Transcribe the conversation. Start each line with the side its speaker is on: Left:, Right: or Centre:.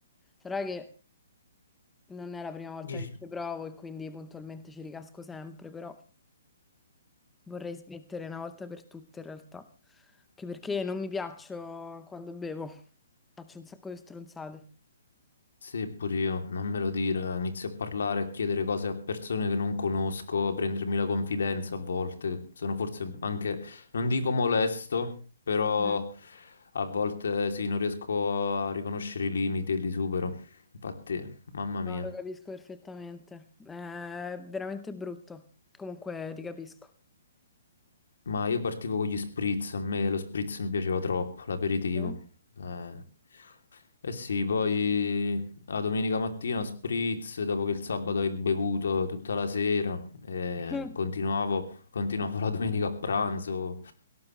Centre: Sarà che non è la prima volta
Left: Dici.
Centre: che ci provo e quindi puntualmente ci ricasco sempre, però vorrei smettere una volta per tutte in realtà, anche perché non mi piaccio quando bevo, faccio un sacco di stronzate.
Left: Sì, pure io, non me lo dire, inizio a parlare, a chiedere cose a persone che non conosco, a prendermi la confidenza a volte, sono forse anche, non dico molesto, però
Centre: Mm.
Left: a volte sì, non riesco a riconoscere i limiti e li supero, infatti, mamma
Centre: No,
Left: mia.
Centre: lo capisco perfettamente. È veramente brutto. Comunque ti capisco.
Left: Ma io partivo con gli spritz, a me lo spritz mi piaceva troppo, l'aperitivo.
Centre: Mm.
Left: Eh, eh sì, poi la domenica mattina spritz, dopo che il sabato hai bevuto tutta la sera, eh,
Centre: <laughs>
Left: continuavo, continuavo la domenica a pranzo.